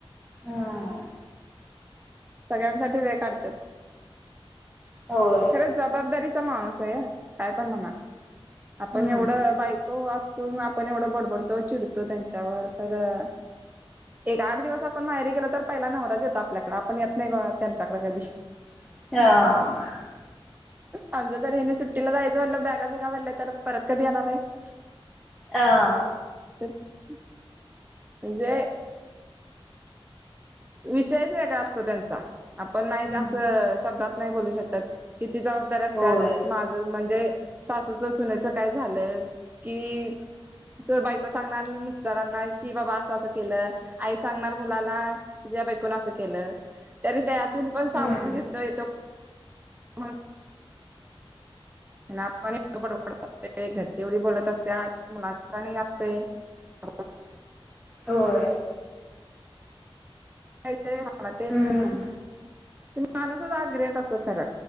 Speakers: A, in the centre; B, on the right.
A: हा....
B: सगळ्यांसाठी वेळ काढत्यात.
A: होय
B: खरंच जबाबदारीचा माणूस आहे काय पण म्हणा. अपण
A: हम्म
B: एवढ बायको <unintelligible> आपण एवढं बडबडतो चिडतो त्यांच्यावर खरं एक आठ दिवस आपण माहेरी गेलो तर पहिला नवराच येतो आपल्याकडे आपण येत नाही कवा- त्यांच्याकडे कधी
A: हा...
B: आमच्या तर हेनी सुट्टीला जायचं म्हटलं बॅगा बिघा भरल्याय तर परत कधी येणार आहेस.
A: आ..
B: <inaudible> म्हणजे? विषयच वेगळा असतो त्यांचा आपण नाही
A: हम्म
B: जा- असं शब्दात नाही बोलू शकत. किती जबाबदारी असत्यात,
A: होय
B: माझं म्हणजे सासूचं- सुनचं काय झालं कि? अस बायको सांगणार मिस्टरांना कि बाबा असं -असं केलं आई सांगणार मुलाला ज्या बायकोन असं केलं, तरी त्यातून पण
A: हम्म
B: सावरून घेता येतो <unintelligible> आपण -इकडं -बडबडत -असतोय -घरची एवढी बोलत असत्यात मुलांचा आणि असतय <unintelligible>
A: होय
B: ते <unintelligible> मला ते
A: हम्म
B: पाहिजे तो माणूसच आ ग्रेट असं
A: ते
B: खरं